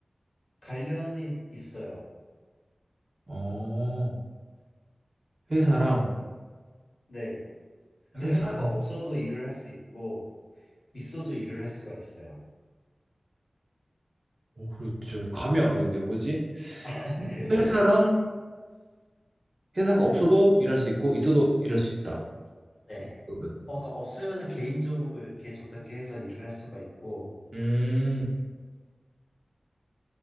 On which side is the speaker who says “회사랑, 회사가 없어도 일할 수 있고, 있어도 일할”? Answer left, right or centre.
Right